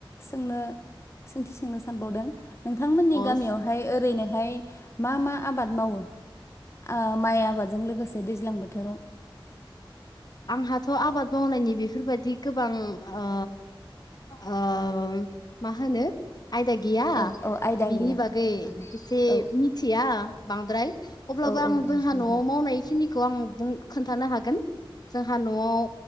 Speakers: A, on the left; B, on the left.
A: सोंनो सोंथि सोंनो सानबावदों। नोंथांमोननि
B: अस
A: गामियावहाय ओरैनोहाय मा मा आबाद मावो। आ माइ आबादजों लोगोसे दैज्लां बोथोराव
B: आंहाथ' आबाद मावनायनि बेफोरबायाददि गोबां ओ ओम मा होनो आयदा गैया
A: ओ औ आयदा
B: बिनि
A: गैया नोंथां
B: बागै एसे
A: औ
B: मिथिया बांद्राय अब्लाबो
A: औ
B: आं
A: औ औ
B: जोंहा
A: नोंथां
B: न'आव
A: औ
B: मावनाय
A: औ
B: खिनिखौ आं बुं खोन्थानो हागोन‌। जोंहा न'आव